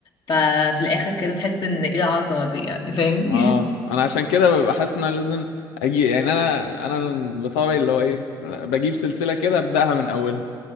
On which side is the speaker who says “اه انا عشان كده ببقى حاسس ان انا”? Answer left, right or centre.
Left